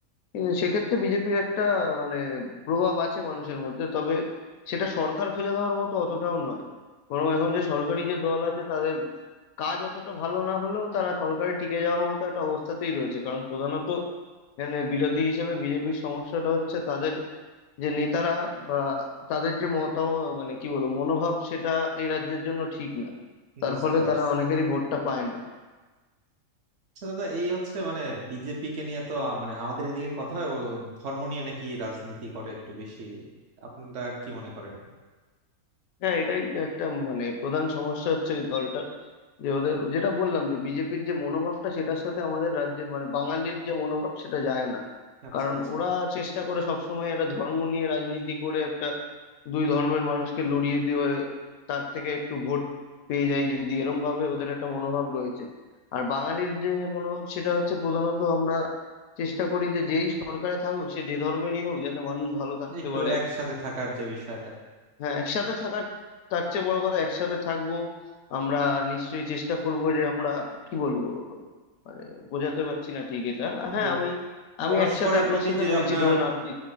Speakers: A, on the left (about 75°); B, on the right (about 60°).
A: কিন্তু সেক্ষেত্রে বিজেপির একটা মানে প্রভাব আছে মানুষের মধ্যে তবে সেটা সরকার ফেলে দেওয়ার মতো অতটাও নয় বরং
B: হ্যাঁ
A: এখন যে সরকারি যে দল আছে তাদের কাজ অতটা ভালো না হলেও তারা সরকারে টিকে যাওয়ার মতো একটা অবস্থাতেই রয়েছে কারণ প্রধানত মানে বিরোধী হিসেবে বিজেপির সমস্যাটা হচ্ছে তাদের যে নেতারা বা তাদের যে মতামত মানে কি বলবো মনোভাব সেটা এই রাজ্যের জন্য ঠিক না তার
B: বুঝতে
A: ফলে
B: পারছি
A: তারা অনেকেরই ভোটটা পায় না
B: আচ্ছা দাদা এই হচ্ছে মানে বিজেপি কে নিয়ে তো আ- মানে আমাদের এদিকে কথা হয় ও ধর্ম নিয়ে নাকি রাজনীতি করে একটু বেশি আপনারা কি মনে করেন
A: হ্যাঁ এটাই একটা মানে প্রধান সমস্যা হচ্ছে এই দলটার যে ওদের যেটা বললাম যে বিজেপির যে মনোভাবটা সেটার সাথে আমাদের রাজ্যের মানে বাঙালির যে মনোভাব সেটা যায় না
B: আচ্ছা
A: কারণ
B: আচ্ছা
A: ওরা চেষ্টা করে সবসময় একটা ধর্ম নিয়ে রাজনীতি করে একটা দুই ধর্মের মানুষকে লড়িয়ে দিয়ে তার থেকে একটু ভোট পেয়ে যায় যদি এরম ভাবে ওদের একটা মনোভাব রয়েছে আর বাঙালির যে মনোভাব সেটা হচ্ছে প্রধানত আমরা চেষ্টা করি যে যেই সরকারে থাকুক সে যে ধর্মেরই হোক যাতে মানুষ ভালো থাকতে
B: একটু
A: পারে
B: একসাথে থাকার যে বিষয়টা
A: হ্যাঁ
B: হ্যাঁ।
A: একসাথে থাকার তার চেয়ে বড় কথা একসাথে থাকবো আমরা নিশ্চয়ই চেষ্টা করব যে আমরা কি বলবো মানে বোঝাতে পারছি না ঠিক এটা হ্যাঁ
B: যে
A: আমি আমি
B: পরস্পরের
A: একসাথে আপনার
B: প্রতি
A: সাথে
B: যে
A: রয়েছি
B: আপনার
A: ধরুন আপনি